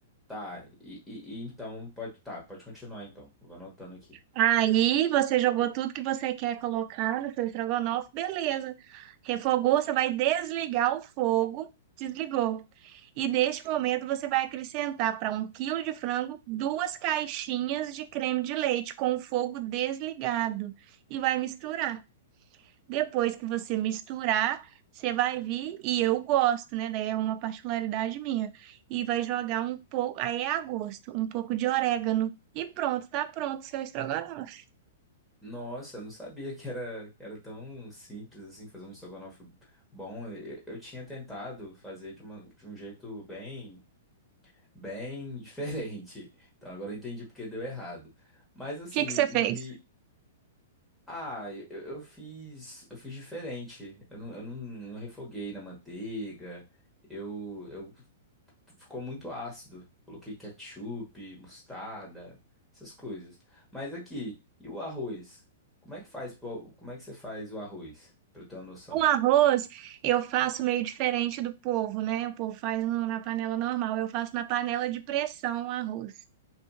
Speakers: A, in the centre; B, on the right.
A: Tá. E, e- e então pode. Tá, pode continuar então. Vou anotando aqui.
B: Aí você jogou tudo que você quer colocar no seu estrogonofe, beleza. Refogou, você vai desligar o fogo, desligou. E neste momento você vai acrescentar para um quilo de frango duas caixinhas de creme de leite com o fogo desligado e vai misturar. Depois que você misturar, você vai vir, e eu gosto, né? Daí é uma particularidade minha. E vai jogar um pouco, aí é a gosto, um pouco de orégano. E pronto, tá pronto o seu estrogonofe.
A: Nossa, eu não sabia que era, que era tão simples assim fazer um estrogonofe bom. Eu, eu tinha tentado fazer de, uma, de um jeito bem, bem <laughs> diferente. Então agora eu entendi porque deu errado. Mas assim,
B: que
A: me,
B: que você
A: me,
B: fez?
A: me Ah, eu, eu fiz, eu fiz diferente. Eu não, eu não, não refoguei na manteiga. Eu, eu ficou muito ácido. Coloquei ketchup, mostarda, essas coisas. Mas aqui, e o arroz? Como é que faz, pô? como é que você faz o arroz? Pra eu ter uma noção.
B: O arroz eu faço meio diferente do povo, né? O povo faz no- na panela normal, eu faço na panela de pressão o arroz.